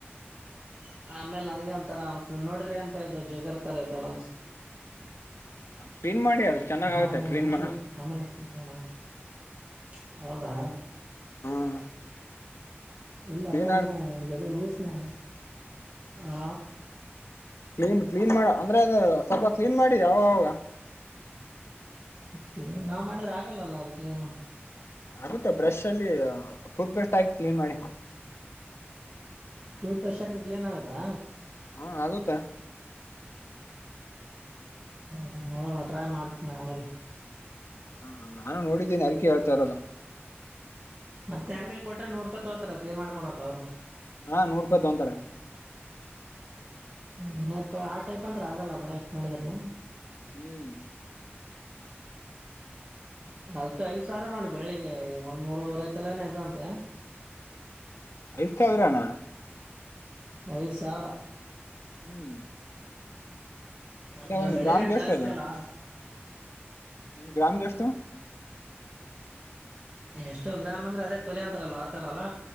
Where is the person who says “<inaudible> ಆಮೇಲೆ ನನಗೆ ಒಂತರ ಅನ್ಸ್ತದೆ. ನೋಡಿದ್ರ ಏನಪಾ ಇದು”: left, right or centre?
Right